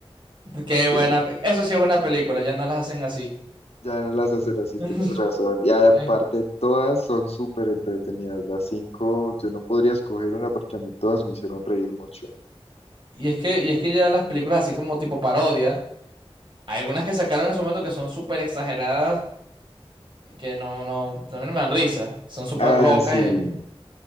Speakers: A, on the right; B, on the left.
A: Qué
B: Que
A: buena.
B: le-
A: Eso sí es buena película, ya no las hacen así.
B: ya no las hacen así,
A: <laughs>
B: tienes razón. Y aparte,
A: Eh,
B: todas son súper entretenidas, las cinco, yo no podría escoger una porque a mí todas me hicieron reír mucho.
A: Y es que, y es que ya las películas así como tipo parodia, hay algunas que sacaron en su momento que son súper exageradas que no, no, a mí no me dan risa. Son súper
B: Ah,
A: locas.
B: sí,
A: y-